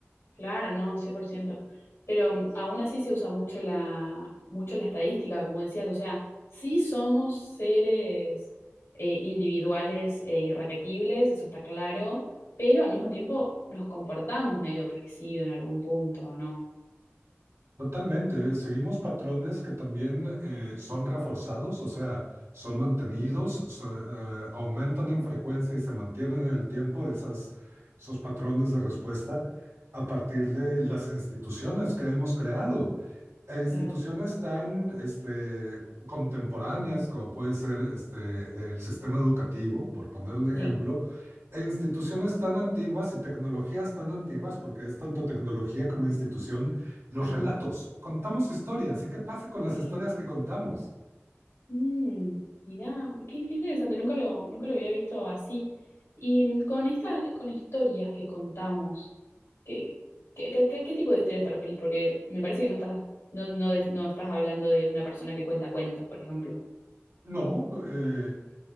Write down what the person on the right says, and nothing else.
Totalmente, ¿eh? seguimos patrones que también eh,
son reforzados, o sea, son mantenidos, so- eh, aumentan en frecuencia y se mantienen en el tiempo esas, esos patrones de respuesta a partir de las instituciones que hemos creado. E instituciones
tan este, contemporáneas como puede ser este, el sistema educativo, por poner un ejemplo,
e instituciones tan antiguas y tecnologías tan antiguas, porque es tanto tecnología como institución los
relatos, contamos historias. ¿Y qué pasa con las
historias que contamos?
No, eh,